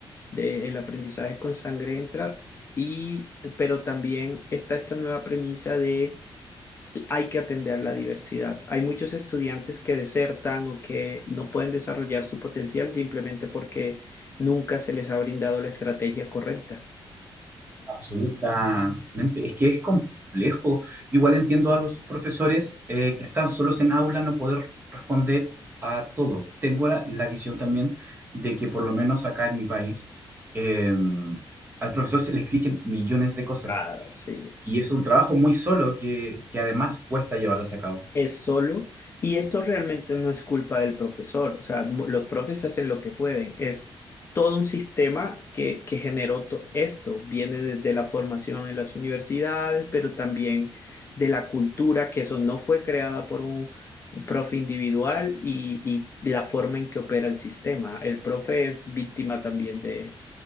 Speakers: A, on the left (about 30°); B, on the right (about 25°).
A: de el aprendizaje con sangre entra, y, pero también está esta nueva premisa de hay que atender la diversidad. Hay muchos estudiantes que desertan o que no pueden desarrollar su potencial simplemente porque nunca se les ha brindado la estrategia correcta.
B: Absolutamente. Es que es complejo. Igual entiendo a los profesores eh, que están solos en aula no poder responder a todo. Tengo la, la visión también de que por lo menos acá en mi país, em, al profesor se le exigen millones de cosas
A: Claro, sí.
B: Y es un trabajo muy solo que, que además cuesta llevarlas a cabo.
A: es solo, y esto realmente no es culpa del profesor, o sea, mo- los profes hacen lo que pueden, es todo un sistema que, que generó to- esto, viene desde la formación en las universidades, pero también de la cultura, que eso no fue creada por un, un profe individual y, y la forma en que opera el sistema. El profe es víctima también de,